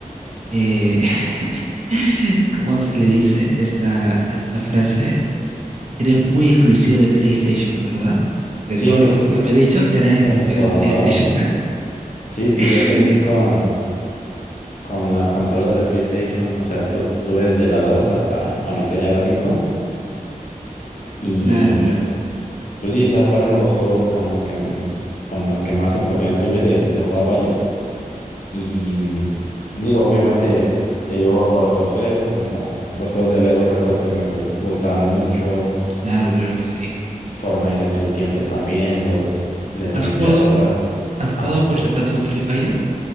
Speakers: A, on the right (about 50°); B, on the left (about 60°).
A: eh, <laughs> ¿cómo se le dice esta, esta frase? Eres muy exclusivo de PlayStation, ¿verdad? Porque
B: Sí,
A: todos
B: pues
A: los juegos que me he dicho eran exclusivos
B: <laughs> todo,
A: de PlayStation.
B: ¿verdad? <laughs> Sí, pues
A: <laughs>
B: yo crecí con, con las consolas de PlayStation, o sea, tu- tuve desde la 2 hasta ahorita ya la 5 y
A: Claro, claro,
B: pues sí, o sea, fueron los juegos con los que, m- con los que más oportunidad tuve de, de jugar, vaya. Y mm, digo, obviamente he llegado a jugar otros juegos como los juegos de Lego, recuerdo que me gu- gustaban mucho.
A: claro, claro que sí.
B: Fortnite en su tiempo también, lo, le eché
A: ¿Has
B: muchas
A: jugado,
B: horas.
A: has jugado
B: Ah,
A: por si acaso Free Fire?